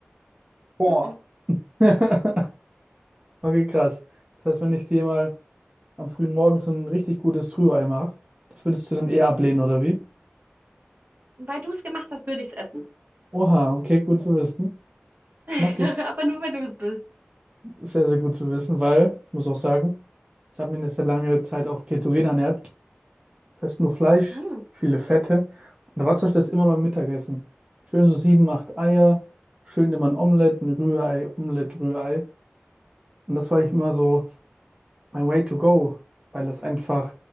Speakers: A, on the right; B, on the right.
A: Boah.
B: Mm-mm.
A: <laughs> Okay, krass. Das heißt, wenn ich dir mal am frühen Morgen so ein richtig gutes Rührei mache, das würdest du dann eher ablehnen, oder wie?
B: Weil du es gemacht hast, würde ich es essen.
A: Oha, okay, gut zu wissen. Ich
B: <laughs>
A: mache das
B: Aber nur, weil du es bist.
A: sehr, sehr gut zu wissen, weil ich muss auch sagen, ich habe mich eine sehr lange Zeit auch ketogen ernährt. Das heißt nur Fleisch,
B: Mm.
A: viele Fette. Und da war zum Beispiel das immer mein Mittagessen. Schön so sieben, acht Eier, schön immer ein Omelett, ein Rührei, Omelett, Rührei. Und das war ich immer so mein Way to go, weil das einfach